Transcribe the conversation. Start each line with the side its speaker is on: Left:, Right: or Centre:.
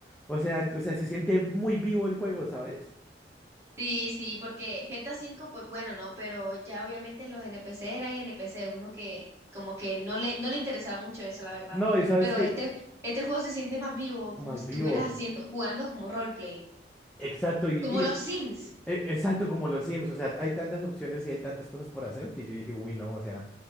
Centre: O sea, o sea, se siente muy vivo el juego, ¿sabes?
Right: Sí, sí, porque GTA cinco pues bueno, ¿no? Pero ya obviamente los NPC eran NPC, uno que como que no le, no le interesaba mucho eso, la verdad.
Centre: No, y sabes
Right: Pero
Centre: que
Right: este, este juego se siente más vivo,
Centre: más
Right: como si estuvieras
Centre: vivo.
Right: haciendo, jugando como roleplay.
Centre: Exacto, y,
Right: Como
Centre: y
Right: los Sims.
Centre: E- Exacto, como los Sims, o sea, hay tantas opciones y hay tantas cosas por hacer que yo dije, uy, no, o sea,